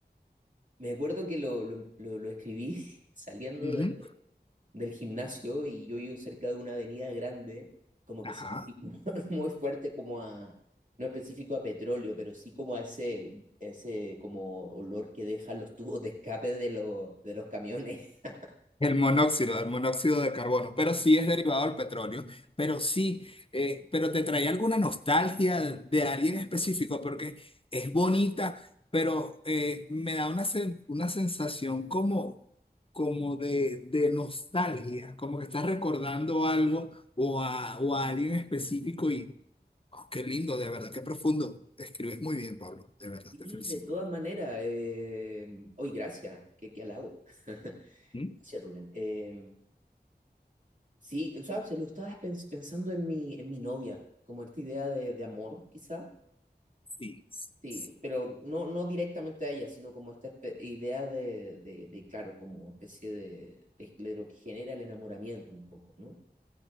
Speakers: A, on the right; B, on the left.
A: Me acuerdo que lo, lo- lo- lo escribí <laughs> saliendo
B: Ujú.
A: de- del gimnasio y yo vivo cerca de una avenida grande, como
B: Ajá.
A: que sentí <laughs> muy fuerte como a, no específico a petróleo, pero sí como a ese, ese como olor que dejan los tubos de escape de, los de los camiones. <laughs>
B: El monóxido, el monóxido de carbono, pero sí es derivado del petróleo, pero sí, eh, pero te trae alguna nostalgia de alguien específico porque es bonita, pero eh, me da una, sen- una sensación como, como de, de nostalgia, como que estás recordando algo o a, o a alguien específico y oh, qué lindo, de verdad, qué profundo. Escribes muy bien, Pablo, de verdad,
A: Sí,
B: te felicito.
A: de todas maneras, eh, hoy gracias, qué, qué halago. <laughs>
B: ¿Mm?
A: Gracias, Rubén. Eh, Sí, o sea, se lo estaba pens- pensando en mi, en mi novia, como esta idea de, de amor, quizá.
B: Sí, sí.
A: Sí,
B: sí.
A: pero no, no directamente a ella, sino como esta espe- idea de, de, de, claro, como especie de, de, de lo que genera el enamoramiento un poco, ¿no?